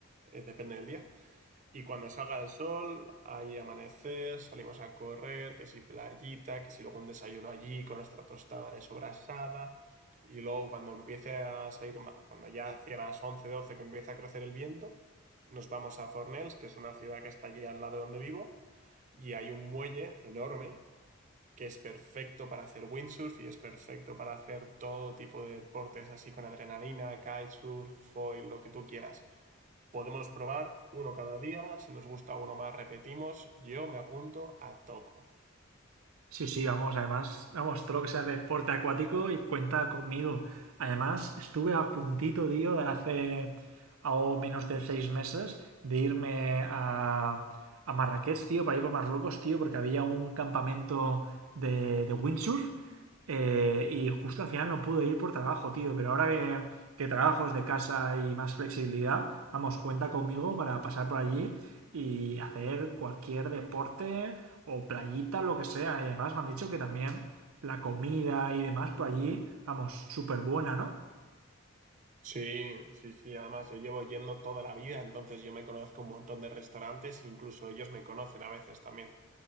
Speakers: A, on the right; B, on the right.
A: eh, depende del día. Y cuando salga el sol, hay amanecer, salimos a correr, que si playita, que si luego un desayuno allí con nuestra tostada de sobrasada. Y luego cuando empiece a salir, ma- cuando ya hacia las 11 12 que empieza a crecer el viento, nos vamos a Fornells, que es una ciudad que está allí al lado de donde vivo, y hay un muelle enorme que es perfecto para hacer windsurf y es perfecto para hacer todo tipo de deportes así con adrenalina, kitesurf, foil, lo que tú quieras. Podemos probar uno cada día, si nos gusta uno más repetimos, yo me apunto a todo.
B: Sí, sí, vamos, además, vamos, todo lo que sea deporte acuático y cuenta conmigo. Además, estuve a puntito, tío, de hace algo menos de seis meses de irme a, a Marrakech, tío, para ir por Marruecos, tío, porque había un campamento de, de windsurf eh, y justo al final no pude ir por trabajo, tío, pero ahora que, que trabajo desde casa y más flexibilidad, vamos, cuenta conmigo para pasar por allí y hacer cualquier deporte o playita, o lo que sea. Y además me han dicho que también la comida y demás por allí, vamos, súper buena, ¿no?
A: Sí, sí, sí, además yo llevo yendo toda la vida, entonces yo me conozco un montón de restaurantes, incluso ellos me conocen a veces también